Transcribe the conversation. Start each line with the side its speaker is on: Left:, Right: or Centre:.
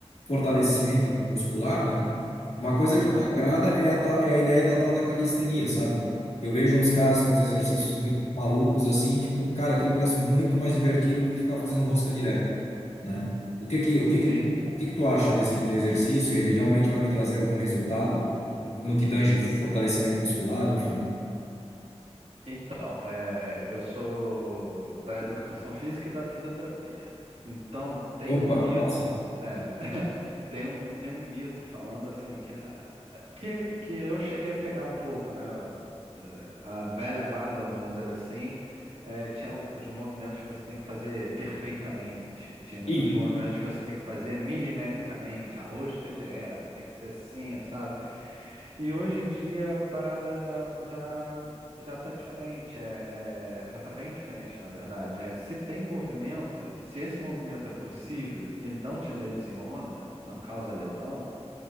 Left: fortalecimento muscular, né? Uma coisa
Right: aham,
Left: que me agrada é a, tal, é a ideia da tal da calistenia, sabe? Eu vejo uns caras com uns exercícios muito malucos assim, tipo, cara, aquilo parece muito mais divertido do que ficar fazendo rosca direta né? O que que, o que que,
Right: sim.
Left: o que que tu acha desse tipo de exercício? Ele realmente vai me trazer algum resultado no no que tange fortalecimento muscular, enfim?
Right: Então, é, eu sou da educação física e da fisioterapia. Então, tem
Left: Opa,
Right: um mito,
Left: nossa.
Right: é, <laughs> tem um, tem um mito falando assim que, a- a- que, que eu cheguei a pegar um pouco, né? É, A velha guarda, vamos dizer assim, é, tinha os movimentos que você tem que fazer perfeitamente, tinha
Left: E
Right: os movimentos que você tem que fazer milimetricamente, a rosca direta, tem que ser assim, sabe? E hoje em dia a parada já, já, já tá diferente, é, é- já tá bem diferente, na verdade. É, se tem movimento, se esse movimento é possível e não te lesiona, não causa lesão,